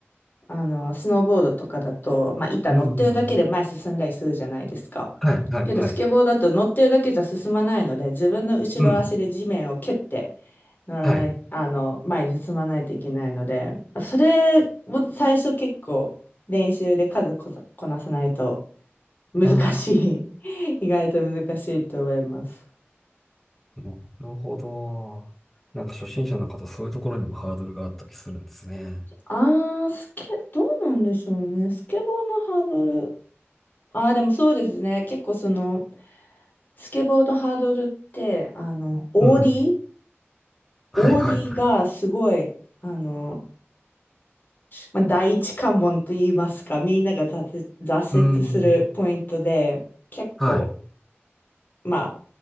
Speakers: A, on the left (about 40°); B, in the centre.
A: あの、スノーボードとかだと、まあ、板乗ってるだけで前進んだりするじゃないですか。
B: うん。はいはいはい。
A: けど、スケボーだと乗ってるだけじゃ進まないので、自分の後ろ足で地面を蹴って
B: うん。
A: 乗らない、
B: はい。
A: あの、前に進まないといけないので、それも最初結構練習で数こさ、こなさないと難しい。
B: ああ、
A: <laughs> 意外と難しいと思います。
B: なるほど。なんか初心者の方、そういうところにもハードルがあったりするんですね。
A: あー、スケ、どうなんでしょうね。スケボーのハードル。あー、でもそうですね。結構その、スケボーのハードルって、あの、オーディー
B: うん。
A: オーディーがすごい、
B: はいはい。
A: あの、まあ、第一関門と言いますか、みんなが挫折挫折するポイントで、
B: うん。
A: 結構
B: はい。
A: まあ、